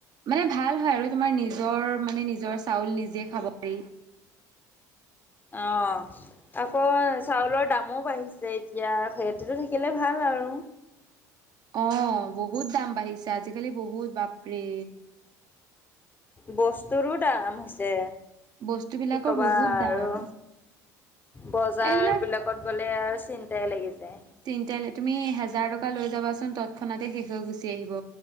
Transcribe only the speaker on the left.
অঁ। আকৌ চাউলৰ দামো বাঢ়িছে এতিয়া খেতিটো থাকিলে ভাল আৰু।
বস্তুৰো দাম হৈছে,
কি কবা
আৰু।
বজাৰ
বিলাকত গলে আৰু চিন্তাই লাগি যায়।